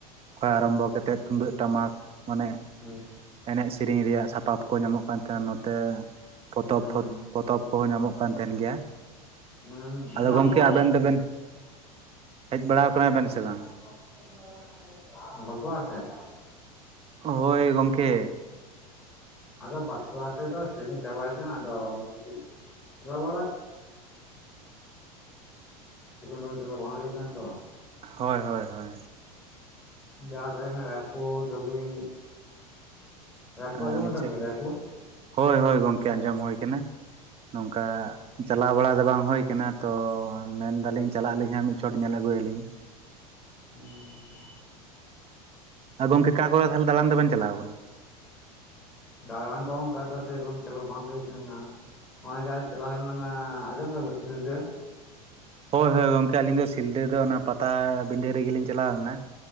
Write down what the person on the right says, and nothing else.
ᱠᱷᱚᱭ ᱟᱨᱚᱢᱵᱚ ᱠᱟᱛᱮᱫ ᱛᱩᱢᱫᱟᱹᱜ ᱴᱟᱢᱟᱠ᱾ ᱚᱱᱮ
ᱮᱱᱮᱡ ᱥᱮᱨᱮᱧ ᱨᱮᱭᱟᱜ ᱥᱟᱯᱟᱯ ᱠᱚ ᱧᱟᱢᱚᱜ ᱠᱟᱱ ᱛᱟᱦᱮᱱᱟ ᱱᱚᱛᱮ ᱯᱚᱛᱚᱵ
ᱯᱚ ᱯᱚᱛᱚᱵ ᱠᱚᱦᱚᱸ ᱧᱟᱢᱚᱜ ᱠᱟᱱ ᱛᱟᱦᱮᱱ ᱜᱮᱭᱟ᱾
ᱟᱫᱚ ᱜᱚᱝᱠᱮ
ᱟᱵᱮᱱ ᱫᱚᱵᱮᱱ ᱦᱮᱡ ᱵᱟᱲᱟ ᱠᱟᱱᱟ ᱵᱮᱱ ᱥᱮ ᱵᱟᱝ?
ᱦᱳᱭ ᱜᱚᱝᱠᱮ᱾
ᱦᱳᱭ ᱦᱳᱭ ᱦᱳᱭ᱾
ᱟᱪᱪᱷᱟ
ᱟᱪᱪᱷᱟ
ᱦᱳᱭ ᱦᱳᱭ ᱜᱚᱝᱠᱮ ᱟᱸᱡᱚᱢ ᱦᱳᱭ ᱠᱟᱱᱟ ᱱᱚᱝᱠᱟ ᱪᱟᱞᱟᱣ ᱵᱟᱲᱟ ᱫᱚ ᱵᱟᱝ ᱦᱩᱭ ᱠᱟᱱᱟ ᱛᱚ ᱢᱮᱱᱫᱟᱞᱤᱧ ᱪᱟᱞᱟᱜ ᱟᱹᱞᱤᱧ ᱦᱟᱸᱜ ᱢᱤᱫ ᱪᱷᱚᱴ ᱧᱮᱞ ᱟᱹᱜᱩᱭᱟᱞᱤᱧ᱾
ᱟᱨ ᱜᱚᱝᱠᱮ ᱚᱠᱟ ᱠᱚᱨᱮ ᱛᱟᱦᱞᱮ ᱫᱟᱲᱟᱱ ᱫᱚᱵᱮᱱ ᱪᱟᱞᱟᱣ ᱠᱟᱱᱟ?
ᱦᱳᱭ ᱦᱳᱭ ᱜᱚᱝᱠᱮ ᱟᱹᱞᱤᱧ ᱫᱚ ᱥᱤᱞᱫᱟᱹ ᱫᱚ ᱚᱱᱟ ᱯᱟᱛᱟᱵᱤᱸᱰᱟᱹ ᱨᱮᱜᱮᱞᱤᱧ ᱪᱟᱞᱟᱣ ᱞᱮᱱᱟ᱾